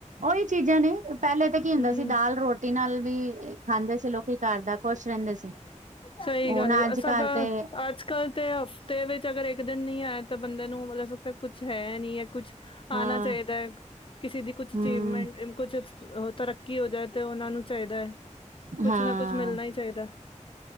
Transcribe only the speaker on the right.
ਓਈ ਚੀਜਾਂ ਨੇ ਪੈਲੇ ਤੇ ਕੀ ਹੁੰਦਾ
ਸੀ, ਦਾਲ ਰੋਟੀ ਨਾਲ ਵੀ ਖਾਂਦੇ ਸੀ, ਲੋਕੀ ਘਰ ਦਾ ਖੁਸ਼ ਰੈੰਦੇ ਸੀ।
ਹੁਣ
ਅੱਜ
ਕੱਲ ਤੇ
ਹਾਂ
ਹਮ
ਹਾਂ